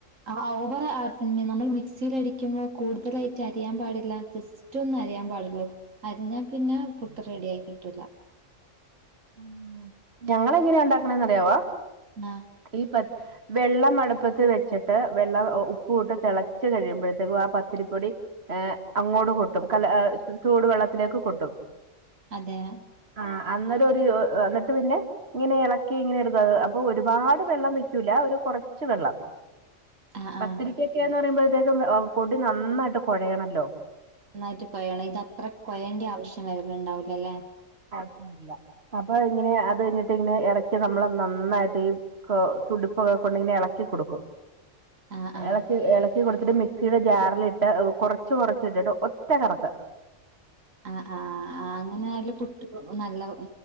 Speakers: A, on the right (about 80°); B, on the right (about 50°).
A: ആ ഓവർ ആ പിന്നെ നമ്മള് മിക്സിൽ അടിക്കുന്നെ കൂടുതലായിട്ടരയാൻ പാടില്ല. ജസ്റ്റൊന്ന് അരയാൻ പാടുള്ളൂ അരഞ്ഞാ പിന്നെ പുട്ട് റെഡി ആയി കിട്ടുല്ല
B: ആ ഞങ്ങളെങ്ങനെയാ ഉണ്ടാക്കണേന്നറിയാവൊ
A: ആ
B: ഈ പത്ത് വെള്ളം അടുപ്പത്ത് വെച്ചിട്ട് വെള്ളം ഉപ്പുവിട്ട് തിളച്ച് കഴിയുമ്പോഴത്തേക്കും ആ പത്തിരിപ്പൊടി ഏ അങ്ങോട്ട് കൊട്ടും കല ആ ചൂടുവെള്ളത്തിലേക്ക് കൊട്ടും.
A: അതെ
B: ആ അന്ന ന്നിട്ടൊരു അന്നിട്ട്‌ പിന്നെ ഇങ്ങനെ ഇളക്കി ഇങ്ങനെ എടുത്തത് അപ്പൊ ഒരുപാട് വെള്ളം വെക്കൂല ഒരു കുറച്ച് വെള്ളം
A: ആ
B: പത്തിരിക്കക്കെന്ന്
A: ആ
B: പറയുമ്പോ തേക്കും പൊടി നന്നായിട്ട് കൊഴയണല്ലോ
A: നന്നായിട്ട് കൊയണം ഇത് അത്ര കൊയേണ്ടി ആവശ്യം ശം വ രണ്ടാവിക്കല്ലേ
B: ഒന്നുല്ല അപ്പൊ ഇങ്ങനെ അത്കഴിഞ്ഞിട്ടിങ്ങനെ ഇറക്കി നമ്മള് നന്നായിട്ടീ കൊ തുടിപ്പൊക്കെ കൊണ്ടിങ്ങനെ ഇളക്കി കൊടുക്കും.
A: ആ ആ.
B: എളക്ക് എള ക്കി കൊടുത്തിട്ട് മിക്സിടെ ജാറിലിട്ട് കുറച്ച് കൊറച്ചിട്ടിട്ട് ഒറ്റ കറക്ക്
A: ആ ആ അ ആഹ് അങ്ങനെ ആയാലും പുട്ടിക് നല്ലത്